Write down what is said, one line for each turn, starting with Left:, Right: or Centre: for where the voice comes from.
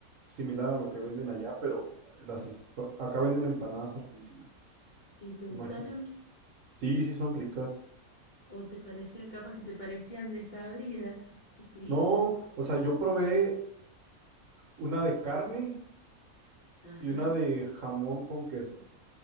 Right: similar a lo que venden allá, pero las es- acá venden empanadas argentinas,
Left: y te
Right: me
Left: gustaron?
Right: imagino. Sí, sí son ricas.
Left: ¿O te pareció, capaz que te parecían desabridas? Sí,
Right: No, o sea, yo probé una de carne
Left: ajá,
Right: y una de jamón con queso.